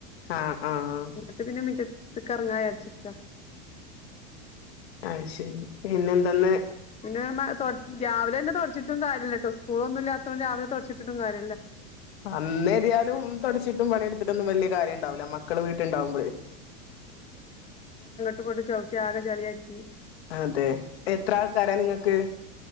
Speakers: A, on the left; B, on the left.
A: ആഹ് ആഹ്
B: എന്നിട്ട് പിന്നെ മുറ്റത്തേക്ക് ഇറങ്ങാം എന്ന് വിചാരിച്ചിരിക്ക
A: അയ് ശരി പിന്നെന്താന്ന്
B: പിന്നെ രാവിലെ തന്നെ തുടച്ചിട്ടും കാര്യമില്ല കേട്ടോ സ്കൂള് ഒന്നും ഇല്ലാത്തോണ്ട് രാവിലെ തുടച്ചിട്ടും കാര്യമില്ല
A: അന്നേരിയാലും തുടിച്ചിട്ടും പണി എടുത്തിട്ടോന്നും വലിയ കാര്യം ഉണ്ടാവില്ല മക്കള് വീട്ടുണ്ടാവുമ്പോഴേ
B: <unintelligible> താഴെ ചളി ആക്കി
A: അതെ എത്ര ആൾക്കാരാ നിങ്ങക്ക്